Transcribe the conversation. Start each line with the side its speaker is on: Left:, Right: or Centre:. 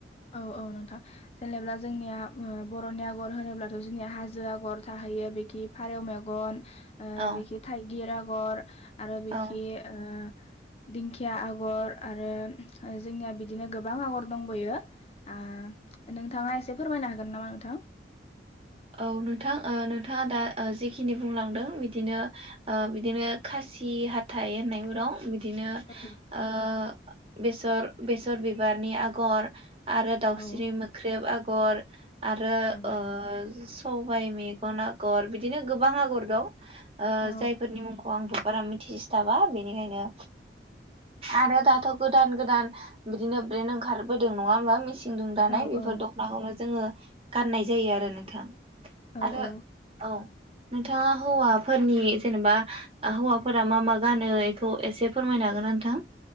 Left: औ औ नोंथां जेनेब्ला जोंनिया ओ बर'नि आग'र होनोब्लाथ' जोंनिया हाजो आग'र थाहैयो बेखि फारौ मेगन ओ
Right: औ
Left: बेखि थाइगिर आ गर आरो बिखि
Right: औ
Left: ओ दिंखिया आगर आरो ओ जोंनिया बिदिनो गोबां आगर दंबैयो। ओ नोंथाङा एसे फोरमायनो हागोन नामा नोंथां
Right: औ नोंथां नोंथाङा दा जेखिनि बुंलांदों बिदिनो ओ बिदिनो खासि हाथाइ होननायबो दं। बि दिनो
Left: औ
Right: ओ बेसर- बेसर बिबारनि आगर आरो दाउस्रिनि
Left: औ
Right: मोख्रेब आगर आरो
Left: औ
Right: ओ सबाय मेगन आगर बिदिनो गोबां आगर दं
Left: औ
Right: जायफोरनि मुंखौ आंबो बारा मिथिस्लाबा बेनिखायनो आरो दाथ' गोदान गोदान बिदिनो ब्रेन ओंखारबोदों नङा होनबा मिस दानाय
Left: औ
Right: बेफोर
Left: औ
Right: दख'नाखौनो जोंङो गाननाय जायो आरो नोंथां
Left: औ
Right: आरो
Left: औ
Right: औ नोंथाङा हौवाफोरनि जेनेबा हौवाफोरा मा- मा गानो बेखौ एसे फोरमायनो हागोन ना नोंथां?